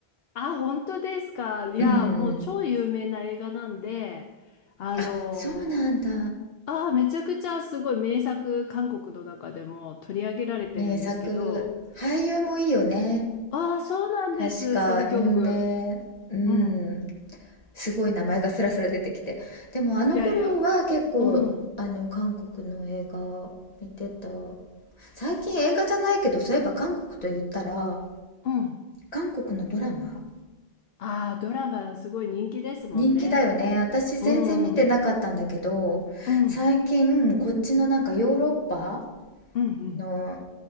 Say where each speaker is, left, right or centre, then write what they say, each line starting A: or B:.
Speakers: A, on the left; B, on the left.
A: あ、本当ですか。いや、
B: うん
A: もう超有名な映画なんで、あの
B: あそうなんだ
A: ー、あー、めちゃくちゃすごい名作、韓国の中でも取り上げられてるんですけど、
B: 名作俳優もいいよね
A: ああ、そうなんです、
B: 確か有名うん
A: ソルギョング。うん。
B: すごい名前がスラスラ出てきてでもあの頃は結構あの韓国の映画見てた
A: そいやいや、うん、
B: 最近映画じゃないけどそういえば韓国と言ったら
A: うん。
B: 韓国のドラマ
A: ああ、ドラマすごい人気ですもんね。
B: 人気だよね私全然見てなかったんだけど最近こっちのなんかヨーロッパ
A: うん、うん、うん、うん、うん、
B: の